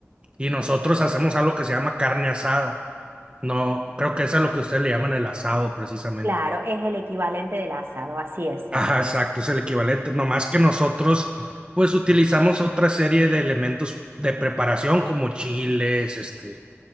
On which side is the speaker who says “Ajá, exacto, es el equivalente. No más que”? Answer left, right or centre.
Right